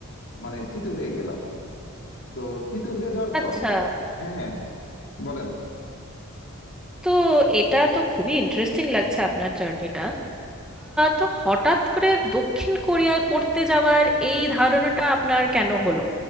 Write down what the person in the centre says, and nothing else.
আচ্ছা
তো এটা তো খুবই ইন্টারেস্টিং লাগছে আপনার জার্নিটা তো হঠাৎ করে দক্ষিণ কোরিয়ায় পড়তে যাওয়ার এই ধারণাটা আপনার কেন হলো